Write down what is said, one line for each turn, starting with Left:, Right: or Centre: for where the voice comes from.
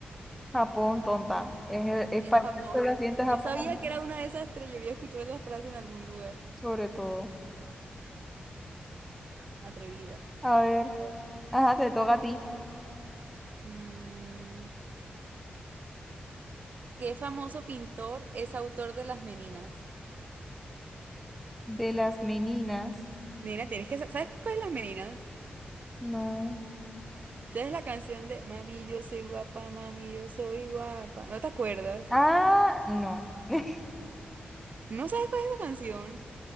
Centre: Japón, tonta. Es, el- es
Right: Es
Centre: país
Right: Japón.
Centre: del sol naciente Japón,
Right: Yo sabía que era una de esas tres. Yo había escuchado esa frase en algún lugar.
Centre: sobre todo.
Right: Atrevida. A
Centre: A ver,
Right: ver.
Centre: ajá, te toca a ti.
Right: Mm, ¿qué famoso pintor es autor de Las Meninas?
Centre: De las meninas.
Right: Nena, tienes que... sa- ¿Sabes cuál es Las Meninas?
Centre: No.
Right: ¿Sabes la canción de Mami, yo soy guapa, mami, yo soy guapa? ¿No te acuerdas?
Centre: Ah, no. <laughs>
Right: ¿No sabes cuál es esa canción?